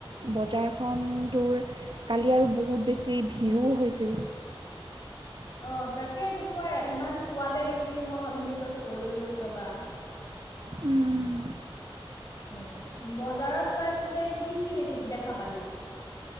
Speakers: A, on the right; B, on the left.
A: বজাৰখন তোৰ কালি আৰু বহুত বেছি ভিৰো হৈছিল।
B: অঁ, তাকে তোক মই ইমান পোৱাতে দেখিলোঁ মই ভাবিলোঁ তই ক'লৈ গৈছ বা।
A: উম।
B: উম, বজাৰত তই পিছে কি কি দেখি দেখা পালি?